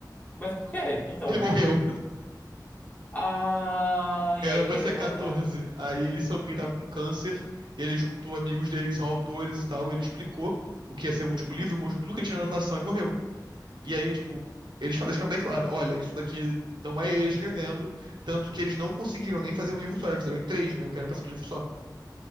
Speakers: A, on the left; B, on the right.
A: Mas por quê? Então.
B: Ele morreu.
A: Ah, e
B: Era
A: aí
B: pra
A: é
B: ser
A: bota.
B: 14. Aí ele soube que ele tava com câncer. Ele juntou amigos dele que são autores e tal. Ele explicou o que ia ser o último
A: Uhum.
B: livro, mostrou tudo que ele tinha na anotação e morreu. E aí, tipo, eles fa- deixaram bem claro, olha, isso daqui não é ele escrevendo, tanto que eles não conseguiram nem fazer um livro só, eles fizeram em três, né? Eu quero passar um livro só.